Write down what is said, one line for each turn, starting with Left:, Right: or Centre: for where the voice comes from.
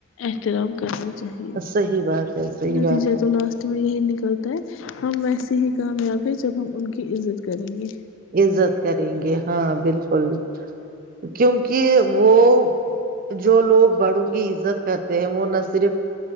Left: احترام کرنا چاہیے
Right: صحیح بات ہے صحیح
Left: نتیجے
Right: بات ہے
Left: تو لاسٹ میں یہی نکل چلتا ہے ہم ویسے ہی کامیاب ہیں جب ہم ان کی عزت کریں گے
Right: عزت کریں گے ہاں بالکل کیونکہ وہ جو لوگ بڑوں کی عزت کرتے ہیں وہ نہ صرف